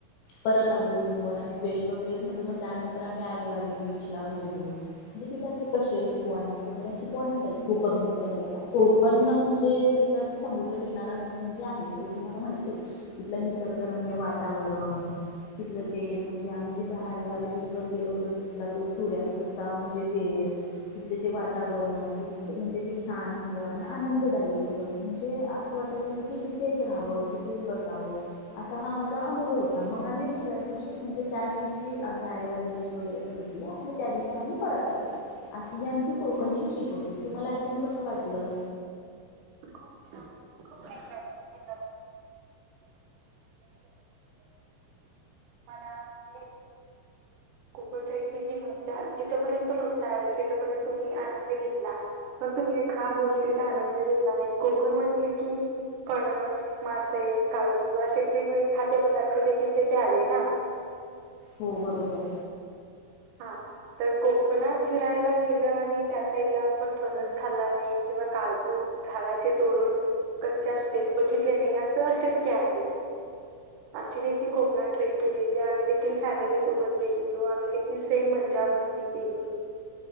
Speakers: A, on the left; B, on the right.
A: परत आलो रूम वर आम्ही फ्रेश वगैरे झालो मग त्यानंतर आम्ही आरेवारे बीच ला गेलो, म्हणजे तिथे असे कशेरी पॉईंट वगैरे असे पॉइंट्स आहेत खूप बघण्यासाठी आता कोकण म्हणजे तिथं असं समुद्रकिनाराच म्हणजे आहे, हे तुम्हाला माहिती आहे, तिथलं निसर्गरम्य वातावरण तिथलं ते म्हणजे आम्ही जिथे आरेवारे बीच वर गेलो होतो तिथला तो सूर्यास्तचा म्हणजे वेळ, तिथले जे वातावरण तिथ म्हणजे ते शांत तो आणि आनंददायी होतं, म्हणजे असं वाटत होतं की तिथेच राहावं तिथेच बसावं असा हा माझा अनुभव होता, मग आम्ही दुसऱ्या दिवशी म्हणजे त्याच दिवशी आम्ही आरेवारे बीच वगैरे बघितलं आणि त्या दिवशी आम्ही परत आलो, अशी ही आमची कोकणची ट्रिप होती तुम्हाला ऐकून कसं वाट लं
B: खूप छान खूप एनजॉयमेंट केलं. सेलिब्रेट केला मला ते कोकण साइडची जी मज्जा जिथपर्यंत लुटता येइल तिथपर्यंत तुम्ही आनंद घेतलात, पण तुम्ही एखा गोष्टीचा आनंद घेतला नाही कोकण म्हणले कि फणस, मासे, काजू असे वेगवेगळे खाद्य पदार्थ देखील तिथे आले ना!
A: हो बरोबर.
B: हा, तर कोकणात फिरायला गेलं आणि त्या साईडला आपण फणस खाल्ला नाही किंवा काजू झाडाचे तोडून कच्चे असतेत बघितले नाही असं अशक्य आहे, आमची देखील कोकणात ट्रीप गेलेली, आम्ही देखील फॅमिलीसोबत गेलेलो आम्ही दे ती सेम मज्जा मस्ती केली,